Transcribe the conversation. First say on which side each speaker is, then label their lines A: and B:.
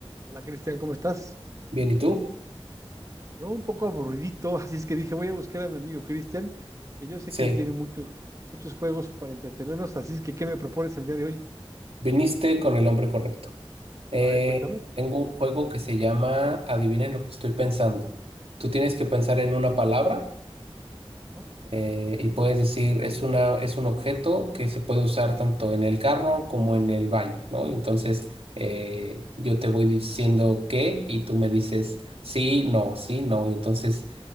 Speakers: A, on the right (about 35°); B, on the right (about 80°).
A: Hola Cristian, ¿cómo estás?
B: Bien, ¿y tú?
A: Yo un poco aburridito, <laughs> así es que dije, voy a buscar a mi amigo Cristian, que yo sé
B: Sí,
A: que él tiene muchos muchos juegos para entretenernos, así es que ¿qué me propones el día de hoy?
B: viniste con el hombre correcto. Eh,
A: A ver, cuéntame.
B: tengo un juego que se llama Adivinen lo que estoy pensando. Tú tienes que pensar
A: ¿Sí?
B: en una palabra
A: Ah,
B: eh, y puedes decir es una, es un objeto que se puede usar tanto en el carro como en el baño, ¿no? Y entonces eh, yo te voy diciendo qué y tú me dices sí, no, sí, no. Y entonces